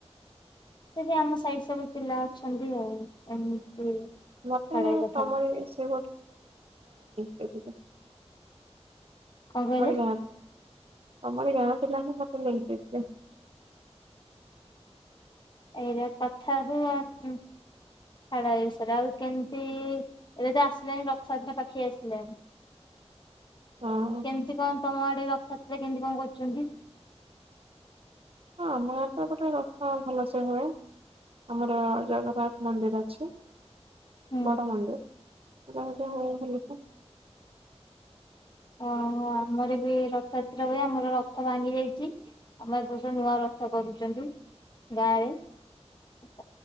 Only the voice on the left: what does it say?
<inaudible> ସେଠି ଆମ ସାଇଡ ସବୁ ପିଲା ଅଛନ୍ତି। ଆଉ ଏମିତି
ଛାଡ ଏଇ କଥା
କଣ କହିଲେ
ଏଇରେ କଥା ହୁଅ ଉଁ। <unintelligible> ଆଉ କେମିତି ଏବେ ତ ଆସିଲାଣି ରଥ ଯାତ୍ରା ତ ପାଖେଇ ଆସିଲେଣି। <inaudible>
କେମିତି କଣ ତମ ଆଡେ ରଥ ସେ କେମିତି କଣ କରୁଛନ୍ତି? <inaudible>
ହୁଁ।
ଓହୋ ଆମର ବି ରଥଯାତ୍ରା ହୁଏ ଆମର ରଥ ଭାଙ୍ଗି ଯାଇଛି ଆମର ଏ ବର୍ଷ ନୂଆ ରଥ କରୁଛନ୍ତି ଗାଁରେ। <inaudible>